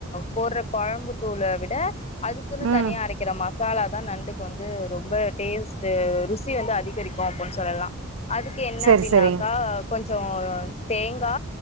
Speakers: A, on the left; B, on the right.
A: போடுற குழம்புத்தூளை விட அதுக்குன்னு
B: ம்
A: தனியா அரைக்கனுமா மசாலா தான் நண்டுக்கு வந்து ரொம்ப டேஸ்ட்டு ருசி வந்து அதிகரிக்கும் அப்படின்னு சொல்லலாம் அதுக்கு என்ன
B: செரி
A: அப்படின்னாக்கா
B: செரி
A: கொஞ்சம் அப்பறோம் தேங்கா